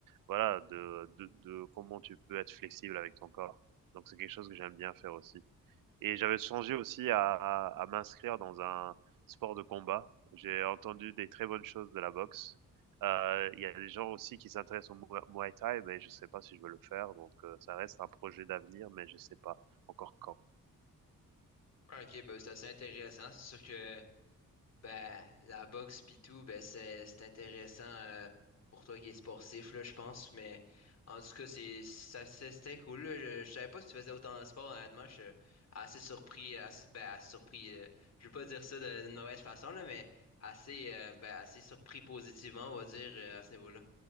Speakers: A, on the right (about 80°); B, on the left (about 50°).
A: voilà, de, de de comment tu peux être flexible avec ton corps. Donc c'est quelque chose que j'aime bien faire aussi. Et j'avais songé aussi à à à m'inscrire dans un sport de combat. J'ai entendu des très bonnes choses de la boxe. Heu, il y a des gens aussi qui s'intéressent au Muay Muay Thai, mais je sais pas si je veux le faire, donc heu, ça reste un projet d'avenir, mais je sais pas encore quand.
B: Ah, Ok, ben, c'est assez intéressant. C'est sûr que Ben, la boxe pis tout, ben c'est c'est intéressant euh, pour toi qui es sportif, là, je pense. Mais en tout cas, c'est ça c'est- c'était cool. là. Je, je savais pas que tu faisais autant de sport, honnêtement. Je suis assez surpris, assez ben assez surpris. euh, je veux pas dire ça de- d'une mauvaise façon, là, mais assez euh, ben assez surpris positivement, on va dire, euh, à ce niveau-là.